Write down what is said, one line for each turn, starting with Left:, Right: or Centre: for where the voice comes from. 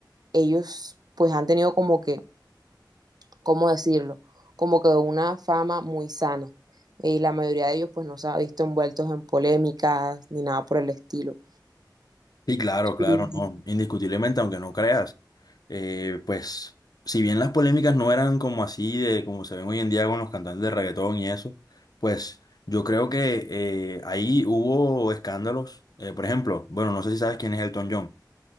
Right: ellos pues han tenido como que, ¿cómo decirlo? Como que una fama muy sana. Eh, la mayoría de ellos pues no se ha visto envueltos en polémicas ni nada por el estilo.
Left: Sí, claro, claro,
Right: Uh
Left: no, indiscutiblemente, aunque no creas, eh, pues si bien las polémicas no eran como así de como se ven hoy en día con los cantantes de reggaetón y eso, pues yo creo que eh, ahí hubo escándalos, eh, por ejemplo, bueno, no sé si sabes quién es Elton John.